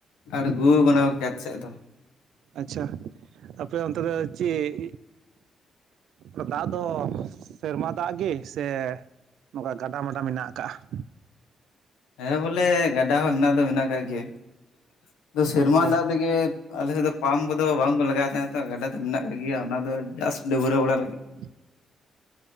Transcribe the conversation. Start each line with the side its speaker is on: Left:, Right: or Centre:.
Left: ᱟᱬᱜᱩ ᱠᱟᱱᱟ ᱠᱚ ᱠᱷᱮᱛ ᱥᱮᱫ ᱫᱚ᱾
Right: ᱟᱪᱪᱷᱟ ᱟᱯᱮ ᱚᱱᱛᱮ ᱫᱚ ᱪᱮᱫ ᱟᱫᱚ ᱫᱟᱜ ᱫᱚ ᱥᱮᱨᱢᱟ ᱫᱟᱜ ᱜᱮ ᱥᱮ ᱱᱚᱠᱟ ᱜᱟᱰᱟ ᱢᱟᱰᱟ ᱢᱮᱱᱟᱜ ᱟᱠᱟᱜᱼᱟ ᱾
Left: ᱦᱮᱸ ᱵᱚᱞᱮ ᱜᱟᱰᱟ ᱦᱚᱸ ᱢᱮᱱᱟᱜ ᱫᱚ ᱢᱮᱱᱟᱜ ᱠᱟᱜ ᱜᱮᱭᱟ, ᱫᱚ ᱥᱮᱨᱢᱟ
Right: ᱟᱪᱪᱷᱟ
Left: ᱫᱟᱜ ᱛᱮᱜᱮ ᱟᱞᱮ ᱥᱮᱫ ᱫᱚ ᱯᱟᱢ ᱠᱚᱫᱚ ᱵᱟᱝ ᱠᱚ ᱞᱟᱜᱟᱣ ᱛᱟᱦᱮᱸᱫ ᱛᱚ ᱜᱟᱰᱟ ᱫᱚ ᱢᱮᱱᱟᱜ ᱠᱟᱫ ᱜᱮᱭᱟ ᱚᱱᱟ ᱫᱚ ᱡᱟᱥᱴ ᱰᱟᱹᱵᱽᱨᱟᱹᱣ ᱵᱟᱲᱟ ᱞᱟᱹᱜᱤᱫ᱾
Right: <inaudible>